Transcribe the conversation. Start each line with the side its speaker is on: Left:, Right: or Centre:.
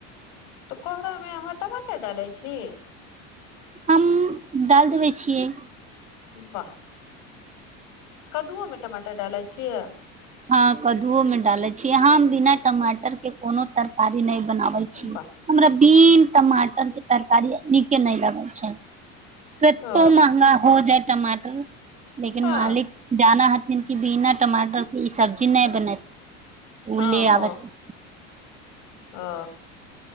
Left: तऽ कोहरा में अहाँ टमाटर डालै छी
Right: हम डालि देबै छियै
Left: वाह कददुओ में टमाटर डालै छियै
Right: हँ कद्दूओ में डाले छीयै हम बिना टमाटर के कोनो तरकारी नहि बनाबै छी
Left: वाह
Right: हमरा बीन टमाटर के तरकारी नीके नहि लगे छै कतो
Left: ओ
Right: महगा हो जाय टमाटर लेकिन
Left: हँ
Right: मालिक जाना ह बिना टमाटर के ई सब्जी नहि बनेत ओ
Left: हँ
Right: ले
Left: हँ
Right: आबैत
Left: ओ